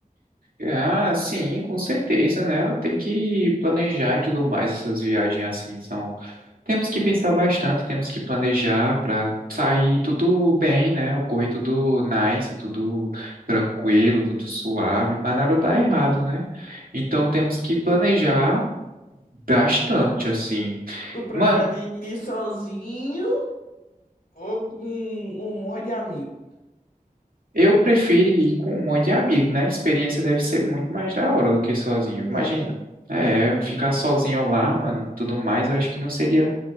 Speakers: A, on the right; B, on the left.
A: Ah, sim, com certeza, né? Tem que planejar e tudo mais essas viagens assim são. Temos que pensar bastante, temos que planejar para sair tudo bem, né? Ocorrer tudo nice, tudo tranquilo, tudo suave, para nada dar errado, né? Então temos que planejar bastante assim.
B: Tu prefere
A: Mano,
B: ir sozinho ou com um monte de amigo?
A: eu prefiro ir com um monte de amigo, né? A experiência deve ser muito mais da hora do que sozinho,
B: Um
A: imagina.
B: monte, né?
A: É, ficar sozinho lá, mano, tudo mais, eu acho que não seria